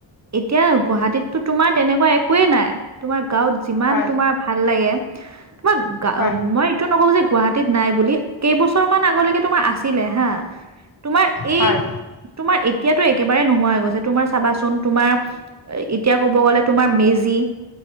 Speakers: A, on the right (about 35°); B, on the left (about 45°).
A: এতিয়া গুৱাহাটীততো তোমাৰ তেনেকুৱা একোৱে নাই তোমাৰ গাঁৱত যিমান
B: হয়
A: তোমাৰ ভাল লাগে তোমাক গা
B: হয়
A: মই এইটো নকওঁ যে গুৱাহাটীত নাই বুলি কেইবছৰ মান আগৰ লৈকে তোমাৰ আছিলে, আছিলে হা তোমাৰ এই
B: হয়
A: তোমাৰ- এতিয়াতো একেবাৰে নোহোৱা হৈ গৈছে তোমাৰ চাবাচোন তোমাৰ এতিয়া ক'ব গ'লে, তোমাৰ মেজি